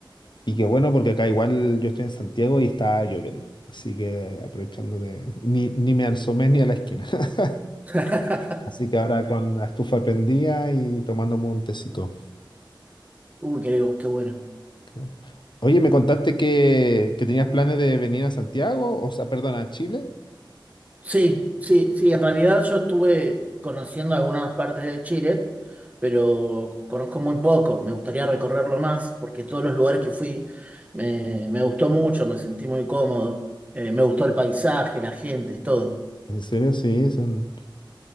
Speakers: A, on the left (about 65°); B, on the right (about 20°).
A: Y qué bueno, porque acá igual yo estoy en Santiago y está lloviendo. Así que aprovechando de... Ni, ni me asomé ni a la esquina. <laughs>
B: <laughs>
A: Así que ahora con la estufa prendida y tomándome un tecito.
B: Uh, qué, qué bueno.
A: Qué bueno. Oye, me contaste que, que tenías planes de venir a Santiago, o sea, perdón, a Chile.
B: Sí, sí, sí, en realidad yo estuve conociendo algunas partes de Chile, pero conozco muy poco, me gustaría recorrerlo más porque todos los lugares que fui me, me gustó mucho, me sentí muy cómodo, eh, me gustó el paisaje, la gente, todo.
A: En serio, sí, son...